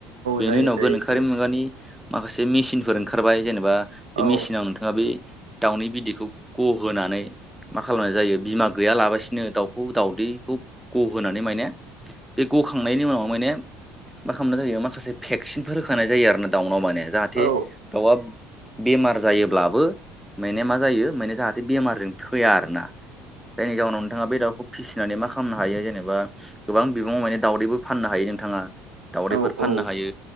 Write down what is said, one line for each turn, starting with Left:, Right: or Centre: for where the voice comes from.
Centre: बेनि
Right: जायो
Centre: उनाव
Right: जायो
Centre: गोनोखोआरि
Right: जायो
Centre: मुगानि माखासे मेसिनफोर ओंखारबाय जेनेबा। बे
Right: औ
Centre: मेसिनाव नोंथाङा बे दाउनि बिदैखौ गहोनानै मा खालामनाय जायो बिमा गैयालाबसिनो दाउखौ दाउदैखौ गहोनानै माने बे गखांनायनि उनाव माने मा खालामनाय जायो माखासे भेक्सिनफोर होखानाय जायो आरोना दाउनाव माने। जाहाथे
Right: औ
Centre: दाउआ बेमार जायोब्लाबो माने जायो माने जाहाथे बेमारजों थैआ आरोना जायनि जाउनाव नोंथाङा बे दाउखौ फिसिनानै मा खालामनो हायो जेनेबा गोबां बिबाङाव माने दाावदैबो फाननो हायो नोंथाङा। दावदैफोर
Right: औ
Centre: फाननो
Right: औ
Centre: हायो